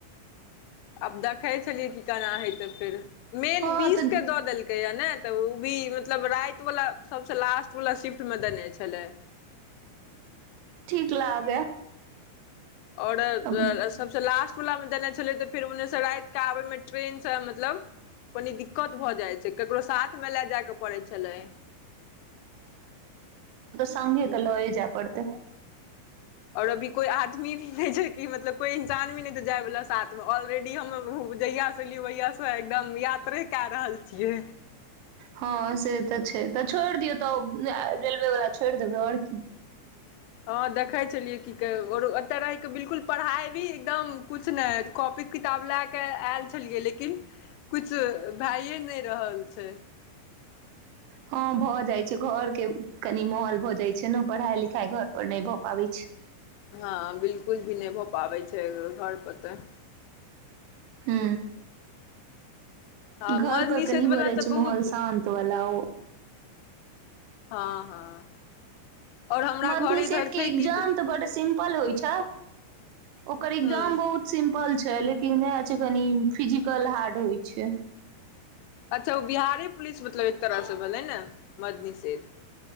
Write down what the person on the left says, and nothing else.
आब देखै छलियै कि केना हेतै फेर, मेन
बसकेँ
दऽ देलकैए ने तऽ ओ भी मतलब राति वला सभसँ लास्ट वला शिफ्टमे देने छलै।
ओड
सबस लास्ट वला मे देना छलै तऽ फिर ओन्ने सगाय आबै मे ट्रेनसँ मतलब कनि दिक्कत भऽ जाइ छै ककरो साथमे लए जायके पड़ै छलै।
रबी कोई आदमी भी नई जे की कोई इंसान भी नई छै जय वाला साथ मे ऑलरेडी हम जहिया गाएली उहिया से एकदम यात्रे के आ रहल छीये।
हँ देखै छलियै की कह, आओर ओतय रहहिके बिलकुल पढ़ाइ भी एकदम किछु नहि कॉपी किताब लए कऽ आयल छलियै लेकिन किछु भए नहि रहल छै
हँ, बिलकुल भी नहि भऽ पाबै छै। घर पतऽ।
हँ
मर्द
निषेध
वला
तऽ
बहुत
हँ, हँ। आओर हमरा
घर इधर
छै
कि
हूँ
अच्छा ओ बिहारी पुिलिस मतलब एक तरह से भलै ने मदनी ते